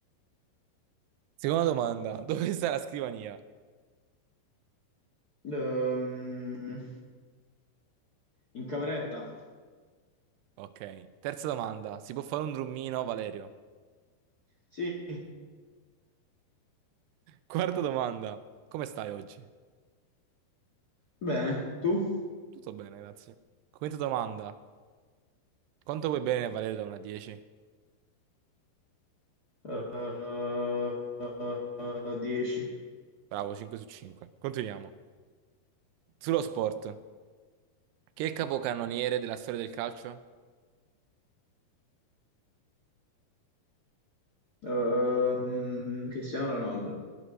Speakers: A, on the right; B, on the left.
A: Seconda domanda. <laughs> Dove sta la scrivania?
B: Ehm, in cameretta.
A: Ok. Terza domanda. Si può fare un drummino, Valerio?
B: Sì,
A: Quarta domanda. Come stai oggi?
B: bene. Tu?
A: Tutto bene, grazie. Quinta domanda. Quanto vuoi bene, Valerio, da 1 a 10?
B: Eh, eh, eh, 10.
A: Bravo, 5 su 5. Continuiamo. Sullo sport. Chi è il capocannoniere della storia del calcio?
B: Ehm, Cristiano Ronaldo.